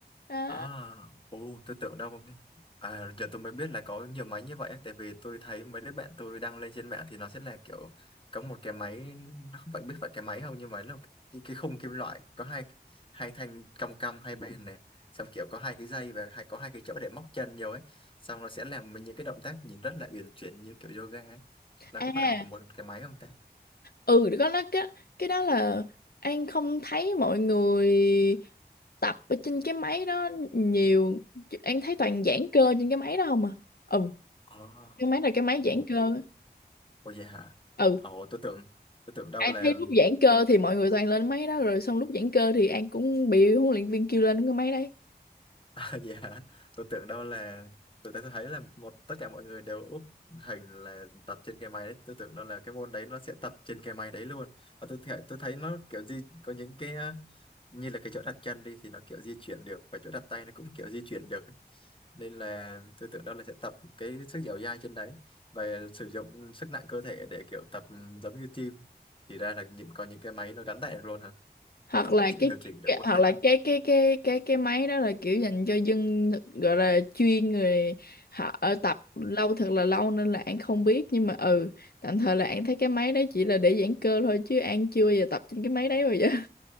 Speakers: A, on the left; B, on the left.
A: đó
B: À, ồ, tôi tưởng đâu. À, giờ tôi mới biết là có nhiều máy như vậy á, tại vì tôi thấy mấy đứa bạn tôi đăng lên trên mạng thì nó sẽ là kiểu có một cái máy nó không phải biết phải cái máy không nhưng mà nó cái, cái khung kim loại có hai hai thanh cong cong hai bên này xong kiểu có hai cái dây và hay có hai cái chỗ để móc chân nhiều ấy xong nó sẽ làm mình những cái động tác nhìn rất là uyển chuyển như kiểu yoga ấy. Nó
A: à
B: có phải là cái một cái máy không ta?
A: ừ có nó cái cái đó là An không thấy mọi người tập ở trên cái máy đó nhiều An thấy toàn giãn cơ trên cái máy đó không à ừ
B: Ờ,
A: cái máy là cái máy giãn
B: ồ,
A: cơ
B: ồ vậy hả?
A: ừ
B: Ồ, tôi tưởng tôi tưởng đâu
A: An
B: là
A: thấy lúc giãn cơ thì mọi người toàn lên máy đó rồi xong lúc giãn cơ thì An cũng bị huấn luyện viên kêu lên cái máy đấy
B: <laughs> dạ tôi tưởng đâu là tôi ta thấy là một tất cả mọi người đều úp hình là tập trên cái máy đấy tôi tưởng đâu là cái môn đấy nó sẽ tập trên cái máy đấy luôn và tôi thấy tôi thấy nó kiểu gì có những cái ờ, như là cái chỗ đặt chân đi thì nó kiểu di chuyển được và chỗ đặt tay nó cũng kiểu di chuyển được nên là tôi tưởng đâu là sẽ tập cái sức dẻo dai trên đấy và sử dụng sức nặng cơ thể để kiểu tập ừ, giống như gym thì ra là những có những cái máy nó gắn tạ được luôn hả
A: hoặc
B: Nó
A: là
B: chỉ-
A: cái,
B: điều chỉnh được
A: cái
B: mức
A: hoặc
B: tạ
A: là cái cái cái cái cái máy đó là kiểu dành cho dân gọi là chuyên người họ ở tập lâu thật là lâu nên là An không biết nhưng mà ừ tạm thời là An thấy cái máy đấy chỉ là để giãn cơ thôi chứ An chưa bao giờ tập trên cái máy đấy bao giờ